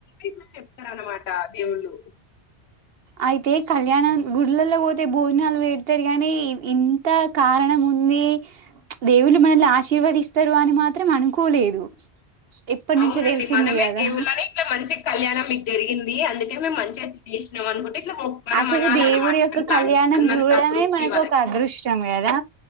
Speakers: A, on the left; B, on the right.
A: ఇట్లా చెప్తారన్నమాట దేవుళ్ళు
B: అయితే కళ్యాణం గుళ్లలో పోతే భోజనాలు పెడతారు కానీ ఇంత కారణం ఉంది దేవుళ్లు మనల్ని ఆశీర్వదిస్తారు అని మాత్రం అనుకోలేదు ఇప్పటి నుంచో
A: అవునండి
B: తెలిసింది
A: మనమే
B: కదా
A: దేవుళ్లనే ఇట్లా మంచి కళ్యాణం ఇ జరిగింది అందుకే మేము మంచిగాదిసినాం అనుకుంటే ఇట్లా మొ మనం
B: అసలు
A: అనాలనమాట.
B: దేవుడి యొక్క
A: ఇట్లా
B: కళ్యాణం
A: అన్ అన్నంత
B: చూడడమే
A: తృప్తి
B: మనకు
A: వాళ్ళకి.
B: ఒక అదృష్టం కదా